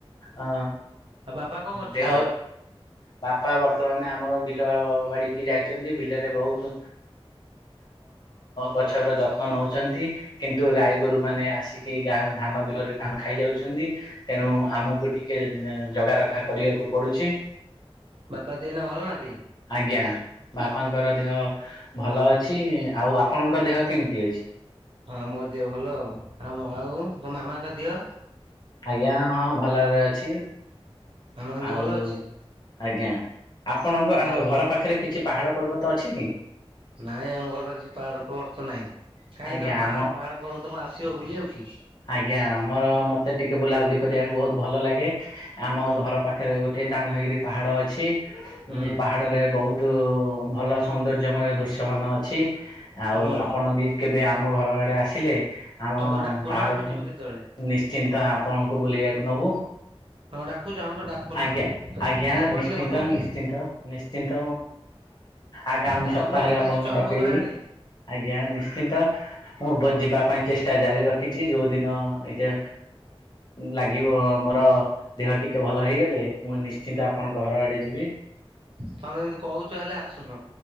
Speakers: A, on the left (about 45°); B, on the right (about 60°).
A: ଅ
B: ଆଉ ବାପା କଣ କରୁଛନ୍ତି
A: ଦେହ ବାପା ବର୍ତ୍ତମାନ ଆମର ବିଲ ବାଡିିକି ଯାଇ। ବିଲରେ ବ ଧ ଗଛ ଯ ନୁ ଗାଈ ଗୋରୁ ମାନେ ଆସିକି ଗା ଧାନ ବିଲରେ ଧାନ ଖାଇଯାଉଛନ୍ତି ତେଣୁ ଆମକୁ ଟିକେ ଜଗା ରଖା କରିବାକୁ ପଡୁଛି
B: ବାପା ଦିଏ ନା ଭଲ ନାଠ
A: ଆଜ୍ଞା ବାପାଙ୍କର ଦେହ ଭଲ ଅଛି ଆଉ। ଆପଣଙ୍କ ଦେହ କେମିତି ଅଛି।
B: ହଁ ମୋ ଦେହ ଭଲ ଆଉ ଆଉ ଆଉ ତ ମାମାଙ୍କ ଦିଅ?
A: ଆଜ୍ଞା ହଁ ଭଲରେ ଅଛି।
B: ଆମ କ
A: ଆଉ
B: ଭଲ ଅଛି।
A: ଆଜ୍ଞା ଆପଣଙ୍କ
B: ଆଉ
A: ଘର ପାଖରେ କିଛି ପାହାଡ ପର୍ବତ ଅଛି କି।
B: ନାଇଁ ଆମ ଘର ବା କିଛି ପାହାଡ ପବର୍ ତ ନାହିଁ। କାଇହିଁକି
A: ଆଜ୍ଞା
B: ତମ ପାହା
A: ଆମ
B: ପାହାଡ ପର୍ବ ତ କଣ ଆସିବ ବୁଲି ଆଉ କି।
A: ଆଜ୍ଞା ଆମର ମୋତେ ଟିକିେ ବୁଲାବୁଲି କରିବାକୁ ବହୁତ ଭଲ ଲାଗେ ଆମ
B: ହୁଁ
A: ଘର ପାଖରେ ଗୋଟଏ ଦହାନଗିରି ପାହାଡ଼ ଅଛି
B: ହୁଁ
A: ଯେ ପାହାଡ଼ରେ ବହୁତ ଭଲ ସୌନ୍ଦର୍ଯ୍ୟମୟ ଦୃଶ୍ୟମାନ ଅଛି ଆଉ
B: ହୁଁ।
A: ଆପଣ ବି କେବେ ଆମ ଘର ଆଡ଼େ ଆସିଲେ ଆମ
B: ତମେ ତ ଡାକୁନ
A: ପାହାଡକୁ
B: ଆମେ ଯିବୁ କେତେବେଳେ
A: ନିଶ୍ଚିନ୍ତ ଆପଣଙ୍କୁ ବୁଲେଇବାକୁ ନବୁ।
B: ତମେ ଡାକୁଛ ଆମକୁ ତ ଡାକୁନ।
A: ଆଜ୍ଞା ଆଜ୍ଞା
B: ଖାଲି କହିଲେ
A: ନିଶ୍ଚିନ୍ତ
B: ହବ କି
A: ନିଶ୍ଚିନ୍ତ ନିଶ୍ଚିନ୍ତ। ଆଗାମୀ
B: ଆଉ
A: ସପ୍ତାହରେ
B: ତମେ କେବେ
A: ଆପଣଙ୍କୁ
B: ଆସୁଛ ଆମ
A: ଡକେଇବି
B: ଘର ଆଡେ
A: ଆଜ୍ଞା ନିଶ୍ଚିନ୍ତ। ମୁଁ ବଜିବା ପାଇଁ ଚେଷ୍ଟା ଜାରି ରଖିଛି ଯୋଉ ଦିନ ଏଛା ଲାଗିବ ମୋର ଦେହ ଟିକେ ଭଲ ହେଇଗଲେ ମୁଁ ନି୍ଚ ନିଶ୍ଚିନ୍ତ ଆପଣଙ୍କ ଘର ଆଡେ ଯିବି
B: ତମେ ଯେମିତି କହୁଛ ହେଲେ ଆସୁନ